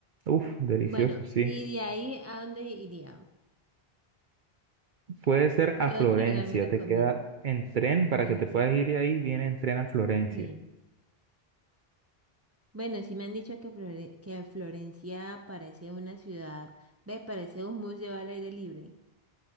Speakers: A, on the right; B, on the right.
A: Uf, delicioso,
B: Bueno,
A: sí.
B: ¿y de ahí a dónde iría?
A: Puede ser a
B: ¿Qué
A: Florencia,
B: otro lugar me recomienda?
A: te queda en tren
B: Florencia.
A: para que te puedas ir de ahí, viene en tren a Florencia.
B: Sí. Bueno, sí me han dicho que, Flore- que Florencia parece una ciudad, ve, parece un museo al aire libre.